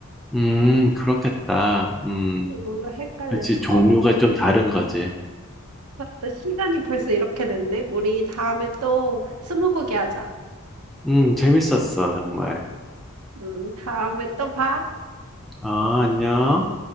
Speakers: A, in the centre; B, on the right.
A: 음, 그렇겠다. 음,
B: 음, 헷갈려.
A: 그렇지. 종류가
B: 어,
A: 좀 다른 거지.
B: 맞다. 시간이 벌써 이렇게 됐네. 우리 다음에 또 스무고개 하자.
A: 음, 재밌었어, 정말.
B: 음, 다음에 또 봐.
A: 아, 안녕.